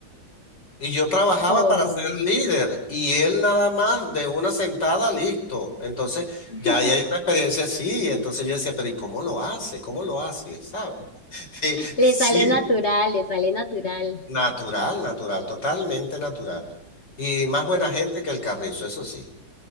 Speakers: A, on the left; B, on the left.
A: Y yo trabajaba
B: Ojo.
A: para ser líder y él nada más de una sentada, listo. Entonces,
B: <laughs>
A: ya ahí hay una experiencia así. Entonces yo decía, pero ¿y cómo lo hace? ¿Cómo lo hace? ¿Sabes? <laughs> Sí,
B: Le
A: sí,
B: sale natural, le sale natural.
A: natural, natural, totalmente natural. Y más buena
B: Sí,
A: gente que el carrizo, eso sí.